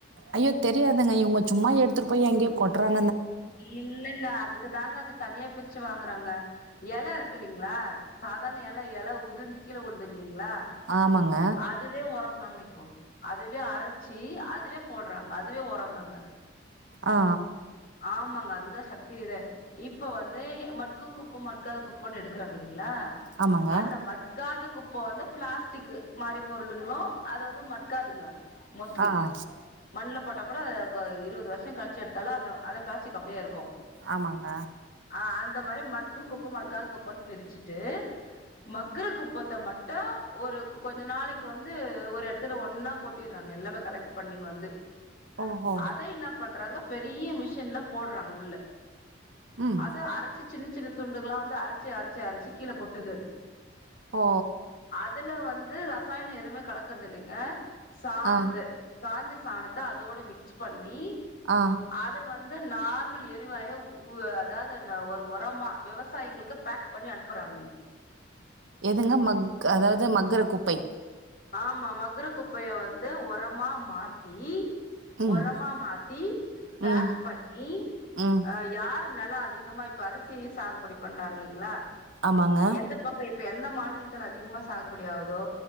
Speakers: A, on the right; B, on the left.
A: ஐயோ தெரியாதுங்க இவுங்க சும்மா எடுத்துட்டு போய் எங்யோ கொட்றாங்
B: இல்லல்ல அதுக்கு தாங்க அத தனியா பிரிச்சு வாங்கறாங்க எல இருக்குல்லீங்ளா சாதாரண எல எல உதிர்ந்து கீழ உழ்துங்ளீங் ளா
A: ஆமாங்க
B: அதுவே ஒரோ ந்தாங்க இப்போ அதுவே அரச்சி அதுவே போட்றாங்க அதுவே ஒரந்தாங்க
A: ஆ ஆ
B: ஆமாங்க அதுதா சக்தி இதே இப்ப வந்து மட்கும் குப்பம் மட்காத குப்போனு எடுக்கறாங்க இல்லீங்ளா
A: ஆமாங்க
B: அந்த மட்காத குப் போ வந்து பிளாஸ்டிக்கு மாரி பொருளுங்ளு அது வந்து மட்காதுங்க மோஸ்ட்லி
A: ஆ ஆ.
B: மண்ல போட்டா கூட அ இருவது வர்ஷொ கழுச்சு எடுத்தாலு அந்த அந்ஊ ப்ளாஸ்டிக் அப்டியே இருக்கு
A: ஆமாங்க
B: ஆ அந்த மாரி மட்கும் குப்ப மட்காத குப்பன் பிரிச்சுட்டு மக்குர குப்பத்த மட் ட்று ஒரு கொஞ்ச நாளக்கி வந்து ஒரு எடத்துல ஒன்னா கொட்டிற்றாங்க எல்லாமே கலெக்ட் பண்ணின்னு வந்து
A: ஓஹோ
B: அத என்னா பண்றாங்க பெரிய மிஷின்ல போட்றாங்க உள்ள
A: ம்
B: அது அரச்சு சின்ன சின்ன துண்டுகளா வந்து அரச்சு அரச்சு அரச்சு கீழ கொட்டுது அது
A: ஓ
B: அதுல வந்து ரசாயனோ எதுமே கலக்குறது இல்லங்க சாணத்த
A: ஆ
B: காஞ்ச சாணத்த அதோட மிக்ஸ் பண்ணி
A: ஆ
B: அத வந்து நார்மல் எரிவாயா உ அதாது ஒரு ஒரமா விவசாயிகளுக்கு பேக் பண்ணி அனுப்ப ராங்க
A: எதுங்க மக் அதாவது மக்கர குப்பை
B: ஆமா மக்ர குப்பைய வந்து ஒரமா மாத்தி
A: ம்
B: ஒரமா மாத்தி பேக்
A: ம்
B: பண்ணி
A: ம்
B: அ யார் நெலோ அதிகமா இப்ப அரிசி சாகுபடி பண்றாங்கீள்ளீங்களா
A: ஆமாங்க
B: எந்த பக்க இப்ப எந்த மாநிலத்துல அதிகமா சாகுபடி ஆகுதோ